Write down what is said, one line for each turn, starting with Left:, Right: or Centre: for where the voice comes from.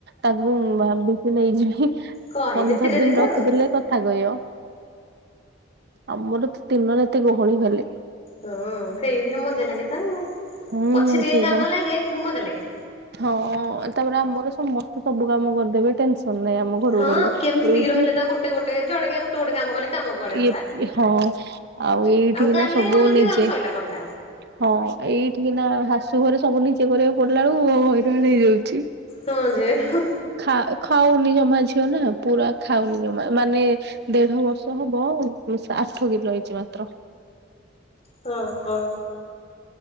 Right: ତାକୁ ଭାବିଚି ନେଇଯିବି
Left: କହିବେ
Right: ପନ୍ଦର
Left: ଧୀରେ
Right: ଦିନ
Left: ଧୀରେ
Right: ରଖିଦେଲେ
Left: ଆଉ
Right: କଥା କହିବ। ଆମର ତ ଦିନ ରାତି ଗହଳି ଖାଲି।
Left: ହଁ ସେଇଥିରେ ମଜା ଲାଗେ ତ ଆଉ,
Right: ହୁଁ
Left: ପଛେ ଟିକେ
Right: ସେଇଟା
Left: କାମ ଲାଗେ, କିନ୍ତୁ ମଜା ଲାଗେ।
Right: ହଁ ତାପରେ ଆମର ସମସ୍ତେ ସବୁ କାମ କରିଦେବେ ଟେନସନ ନାହିଁ ଆମ ଘରୁ
Left: ହଁ
Right: କୁ ଗଲେ
Left: କିଏ ମିଶିକି
Right: ଏଇଠି
Left: ରହିଲେ ତ ଗୋଟେ ଗୋଟେ ଜଣେକା ଗୋଟେ ଗୋଟେ କାମ କଲେ କାମ କୁଆଡେ
Right: ଇଏ
Left: ଗଲା
Right: ଇଏ ହଁ। ଆଉ ଏଇଠି କିନା
Left: ଗାଲେଇବ
Right: ସବୁ
Left: ଯଦି
Right: ନିଜେ।
Left: ଗଲେ ସଇଲା କଥା।
Right: ହଁ ଏଇଠିକିନା ଶାଶୁଘରେ ସବୁ ନିଜେ କରିବାକୁ ପଡ଼ିଲା ବେଳକୁ ହଇରାଣ ହେଇଯାଉଛି।
Left: ହଁ ଯେ ହଁ।
Right: ଖା ଖାଉନି ଜମା ଝିଅ ନା ପୁରା ଖାଉନି ଜମା ମାନେ ଦେଢ ବର୍ଷ ହବ, ଆଠ କିଲ ହେଇଛି ମାତ୍ର।
Left: ହଁ ହଁ।